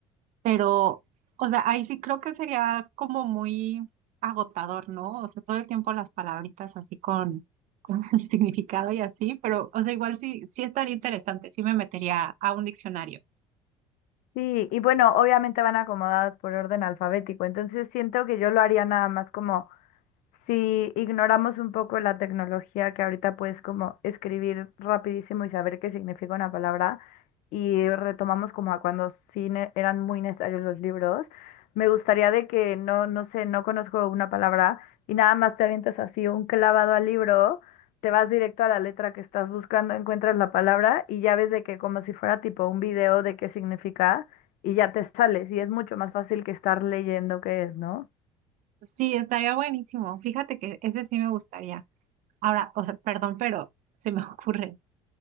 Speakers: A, on the right; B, on the left.
A: Pero, o sea, ahí sí creo que sería como muy agotador, ¿no? O sea, todo el tiempo las palabritas así con, con <laughs> el significado y así, pero, o sea, igual sí, sí estaría interesante, sí me metería a un diccionario.
B: Sí, y bueno, obviamente van acomodadas por orden alfabético, entonces siento que yo lo haría nada más como si ignoramos un poco la tecnología que ahorita puedes como escribir rapidísimo y saber qué significa una palabra y retomamos como a cuando sí ne- eran muy necesarios los libros, me gustaría de que no, no sé, no conozco una palabra y nada más te avientas así un clavado al libro, te vas directo a la letra que estás buscando, encuentras la palabra y ya ves de que como si fuera tipo un video de qué significa. Y ya te sales, y es mucho más fácil que estar leyendo qué es, ¿no?
A: Sí, estaría buenísimo. Fíjate que ese sí me gustaría. Ahora, o sea, perdón, pero se me <laughs> ocurre.